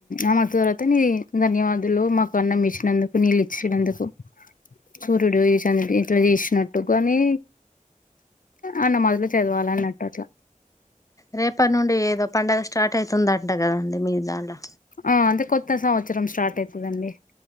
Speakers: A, on the left; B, on the left.
A: ఆమె తర్వాత నీ ధన్యవాదులు మాకు అన్నం ఇచ్చినందుకు నీళ్ళు ఇచ్చినందుకు సూర్డు చ ఎట్ీ ఇష్ట ట్టు కానీ అన్న మదిలో చదవాల అన్నట్టు అట్లా
B: రేపటి నుండి ఏదో పండగ స్టార్ట్ అవుతుందింట కదండి మీ దాంట్లో
A: ఆ అంటే కొత్త సంవత్సరం స్టార్ట్ అయితుందండి